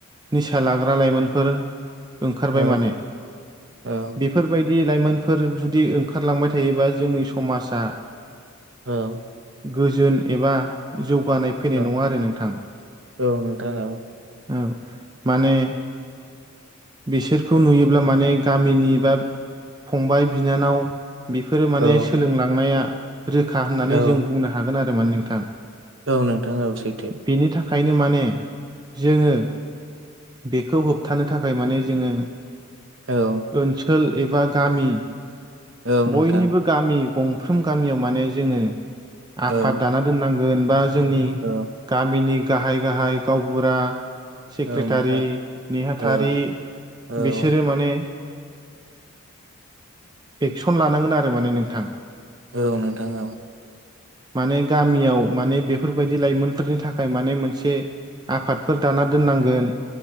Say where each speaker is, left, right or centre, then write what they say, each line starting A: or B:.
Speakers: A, on the right; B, on the right.
A: निसा लाग्रा लाइमोनफोर ओंखारबाय
B: औ
A: माने
B: औ
A: बेफोरबायदि लाइमोनफोर जुदि ओंखारलांबाय थायोबा जोंनि समाजा
B: औ।
A: गोजोन एबा जौगानाय फैनाय
B: औ
A: नङा आरो नोंथां।
B: औ नोंथां औ
A: औ माने बिसोरखौ नुयोब्ला माने गामिनि बा फंबाय बिनानाव बेफोरो माने
B: औ
A: सोलोंलांनाया रोखा होननानै
B: औ
A: जों बुंनो हा हागोन आरो माने नोंथां।
B: औ नोंथां औ सैथो।
A: बेनि थाखायनो माने जोङो बेखौ होबथानो थाखाय माने जोङो
B: औ
A: ओनसोल एबा गामि
B: औ नोंथां
A: बयनिबो गामि गंफ्रोम गामियाव माने जोङो आफाद
B: औ
A: दाना दोननांगोन बा जोंनि
B: औ
A: गामिनि गाहाय गाहाय गावबुरा सेक्रेटारि
B: औ नोंथां
A: नेहाथारि
B: औ औ
A: बिसोरो माने एक्सन लानांगोन आरो माने नोंथां
B: औ नोंथां औ।
A: माने गामियाव माने बेफोरबायदि लाइमोनफोरनि थाखाय माने मोनसे आफादफोर दाना दोननांगोन।